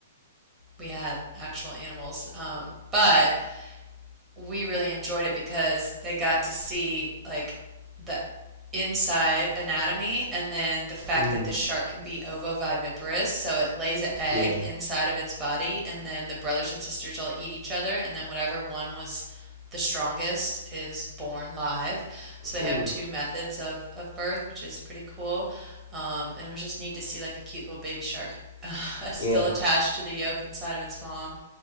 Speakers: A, on the right (about 15°); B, on the left (about 50°).
A: we had actual animals. Um, but we really enjoyed it because they got to see like the inside anatomy and then the fact
B: Mm-hmm.
A: that the shark can be ovoviviparous, so it lays an egg
B: Yeah.
A: inside of its body and then the brothers and sisters all eat each other and then whatever one was the strongest is born live. So they have
B: Mm.
A: two methods of, of birth, which is pretty cool. Um, and it was just neat to see like a cute little baby shark <laughs> still
B: Yeah.
A: attached to the yolk inside of its mom.